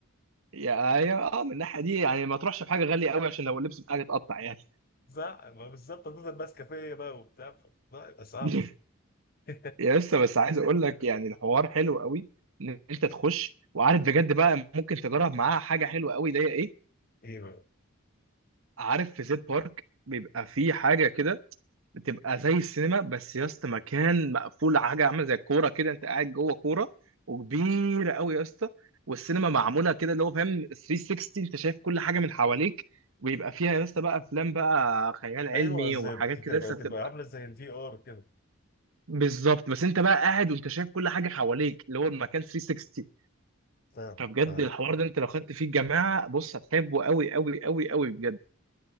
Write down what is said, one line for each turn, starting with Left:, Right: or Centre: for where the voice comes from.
Right: يا يا اه من الناحيه دي يعني ما تروحش بحاجه غاليه قوي عشان لو اللبس بتاعك اتقطع يعني
Left: صح ما بالظبط هتفضل ماسكه فيا بقى وبتاع ف- لا يبقى صعب
Right: <laughs>
Left: <laughs>
Right: يا لسه بس عايز اقول لك يعني الحوار حلو قوي ان انت تخش وعارف بجد بقى ممكن تجرب معاها حاجه حلوه قوي اللي هي ايه
Left: ايوه
Right: عارف في زيت بارك بيبقى في حاجه كده بتبقى زي السينما بس يا اسطى مكان مقفول حاجه عامله زي الكوره كده انت قاعد جوه كوره وكبيره قوي يا اسطى والسينما معموله كده اللي هو فاهم 360 انت شايف كل حاجه من حواليك ويبقى فيها يا اسطى بقى افلام بقى خيال علمي
Left: ايوه زي
Right: وحاجات
Left: تبقى
Right: كده لسه
Left: تبقى
Right: بتبقى
Left: عامله زي الفي ار كده
Right: بالظبط بس انت بقى قاعد وانت شايف كل حاجه حواليك اللي هو المكان 360
Left: فاهم
Right: فبجد
Left: فاهم
Right: الحوار ده انت لو خدت فيه الجماعه بص هتحبه قوي قوي قوي قوي بجد